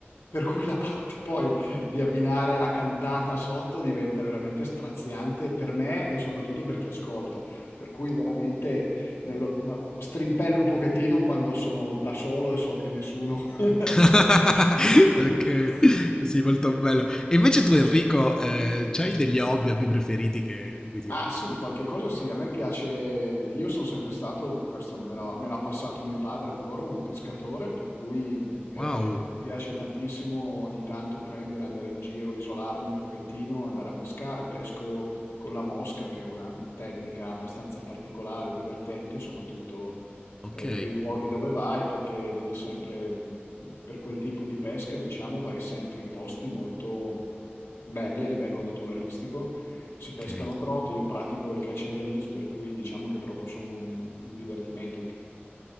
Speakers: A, on the left; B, on the left.
A: per cui la parte poi di abbinare la cantata sotto diventa veramente straziante per me e soprattutto per chi ascolta. Per cui veramente me lo- ma- strimpello un pochettino quando sono da solo e so che nessuno... <laughs>
B: <laughs> ok, sì, molto bello. E invece tu, Enrico, eh, c'hai degli hobby, hobby preferiti che- di cui ti
A: Ah
B: occupi?
A: sì, qualche cosa sì, a me piace, io sono sempre stato, questo me l'ha me l'ha passato mio padre ancora, un pescatore, per cui mm, eh,
B: Wow,
A: mi piace tantissimo ogni tanto prendere, andare in giro, isolarmi un pochettino, andare a pescare, pesco con la mosca, che è una tecnica abbastanza particolare, divertente, soprattutto
B: ok,
A: eh, per i luoghi dove vai, perché devi sempre, mh, per quel tipo di pesca, diciamo, vai sempre in posti molto belli a livello naturalistico si pescano
B: ok,
A: trote, io pratico il catch and release, per cui diciamo che è proprio solo un, un divertimento, il-